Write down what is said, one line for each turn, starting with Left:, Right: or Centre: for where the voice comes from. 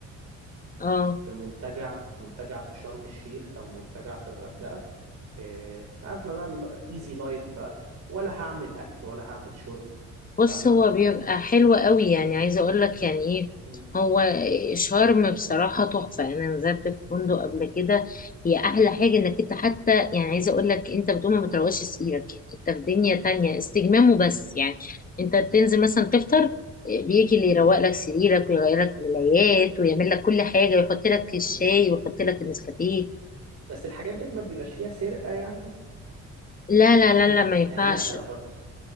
Left: اه
Right: في منتجع منتجع في شرم الشيخ او منتجع في الغردقه إيه، فاهمة بقى الايزي لايف بقى ولا هعمل اكل ولا هعمل شرب
Left: بص
Right: فاهمة
Left: هو بيبقى حلو قوي يعني عايزه اقول لك يعني ايه
Right: مم.
Left: هو شرم بصراحه تحفه انا نزلت في فندق
Right: مم.
Left: قبل كده هي احلى حاجه انك انت حتى يعني عايزه اقول لك انت بتقوم ما بتروقش سريرك يعني انت في دنيا
Right: مم.
Left: تانية استجمام وبس يعني انت بتنزل مثلا تفطر بيجي اللي
Right: مم.
Left: يروق لك سريرك ويغير لك الملايات ويعمل لك كل حاجه يحط لك الشاي
Right: مم.
Left: ويحط لك النسكافيه
Right: بس الحاجات ديت ما بيبقاش فيها سرقة يعني
Left: لا لا
Right: <coughs>
Left: لا لا ما
Right: <clears throat>
Left: ينفعش
Right: يعني انا اقلق برضه